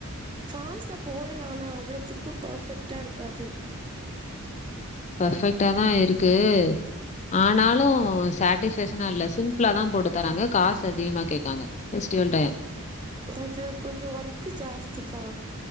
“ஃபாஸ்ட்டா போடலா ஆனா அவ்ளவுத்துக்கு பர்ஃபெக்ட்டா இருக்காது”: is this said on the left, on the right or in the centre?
Right